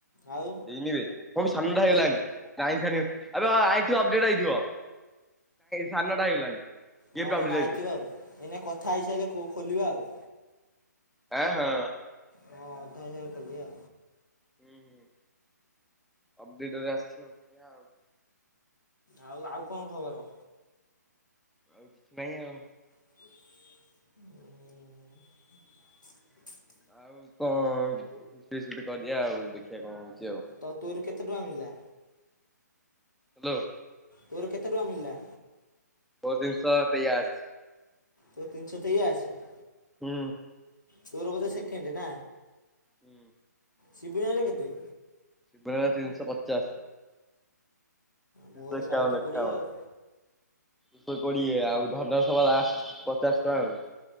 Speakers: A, on the left; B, in the centre.
A: ଆଉ
B: ହେଇନିବେ। କ ସାଢେ ନଅଟା ହେଇଗଲାଣି।
A: ଦେ
B: କାଇଁ ଛାନିଆ ହୋ। ଏବେ ଅ ଆଇଥିବ ଅପଡେଟ୍ ଆଇଥିବା ସାଡେ ନଅଟା ହେଇଗଲାଣି। ଗେମ୍
A: ହଁ
B: ଟା
A: ଏଇନା
B: ଅପଡେଟ୍
A: ଆଇଥିବ ଆଉ। ଏଇନା କଥା ହେଇସାରିଲେ ଖୋ ଖୋଲିବା ଆଉ।
B: ଆ ହଁ।
A: ହଁ ଅଧା ହେଇସାରୁ ଖୋଲିବା।
B: ହୁଁ ହୁଁ ଅପଡେଟରେ ଆସିିବ ଆଉ।
A: ଆଉ ଆଉ କଣ ଖବର?
B: ଆଉ କିଛି ନାହିଁ ଆଉ।
A: <inaudible>
B: ଆଉ କଣ ଫିଷ୍ଟ୍ କରିବା ଆଉ ଦେଖିବା କଣ ହଉଛି ଆଉ।
A: ତ ତୋର କେତେ ଟଙ୍କା ମିଳିଲା?
B: ହ୍ୟାଲୋ।
A: ତୋର କେତେ ଟଙ୍କା ମିଳିଲା?
B: ମୋର୍ ତିନିଶହ ତେୟାସି।।
A: ତୋ ତିନଶହ ତେୟାଅଶୀ।
B: ହୁଁ।
A: ତୋର ବୋଧେ ସେକେଣ୍ଡ ନା?
B: ହୁଁ।
A: ସିବୁ ଭାଇର କେତେ?
B: ଶବୁ ଭାଇର ତିନିଶହ ପଚାଶ। ତିନିସହ
A: ମୋର
B: ଏକାବନ
A: ଶହେ
B: ଏକାବନ।
A: କୋଡ଼ିଏ ଆଉ।
B: ଶୋ କୋଡିଏ ଆଉ ଧନସ ଲାଷ୍ଟ ପଚାଶ ଟଙ୍କା ଆଉ।